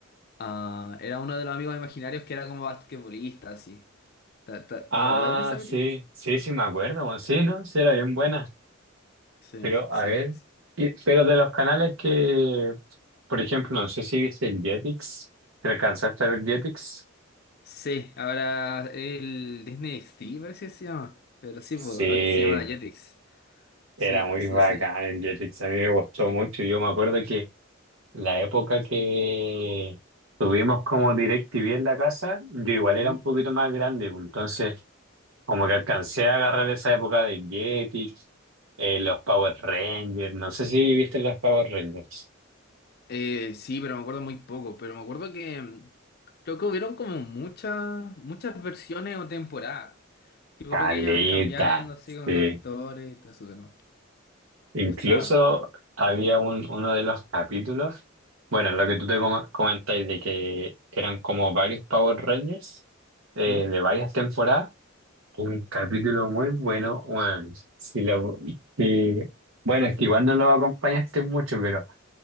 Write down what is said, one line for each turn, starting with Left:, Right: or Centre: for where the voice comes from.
Left: ah, era uno de los amigos imaginarios que era como basquetbolista, así. ¿Te, te, te
Right: Ah,
Left: acordáis de esa
Right: sí,
Left: película?
Right: sí, sí, me acuerdo, bueno, sí, ¿no? Sí, era bien buena.
Left: Sí,
Right: Pero,
Left: sí,
Right: a ver,
Left: sí.
Right: y- pero de los canales que, por ejemplo, no sé si viste el Jetix, ¿te alcanzaste a ver Jetix?
Left: Sí, ahora el Disney XD parece que se llama. Pero sí,
Right: Sí,
Left: pues, antes se llamaba Jetix.
Right: era
Left: Sí,
Right: muy
Left: sí,
Right: bacán
Left: sí,
Right: el Jetix, a mí me gustó
Left: sí.
Right: mucho. Yo me acuerdo que la época que tuvimos como DirecTV en la casa, yo igual era
Left: ¿Mm?
Right: un poquito más grande, pues, entonces Como que alcancé a agarrar esa época de Jetix, eh, los Power Rangers, no sé si viste los Power Rangers.
Left: Eh, sí, pero me acuerdo muy poco. Pero me acuerdo que mm, creo que hubieron como muchas, muchas versiones o temporadas. Tipo,
Right: Caleta,
Left: lo que iban cambiando así con
Right: sí.
Left: los actores y todo eso, pero me
Right: Incluso
Left: gustaba.
Right: había un, uno de los capítulos, bueno, lo que tú te com- comentáis de que eran como varios Power Rangers eh,
Left: ¿Mm?
Right: de varias temporadas, un capítulo muy bueno, bueno, si lo, si- bueno, es que igual no lo acompañaste mucho, pero...